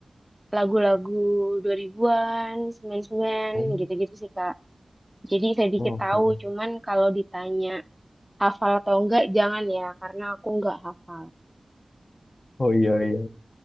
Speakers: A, in the centre; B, on the left.
A: lagu-lagu dua ribuan an 99,
B: Oh,
A: gitu-gitu sih Kak. Jadi sedikit
B: oh,
A: tahu,
B: keren.
A: cuman kalau ditanya hafal atau enggak, jangan ya, karena aku enggak hafal.
B: Oh iya iya.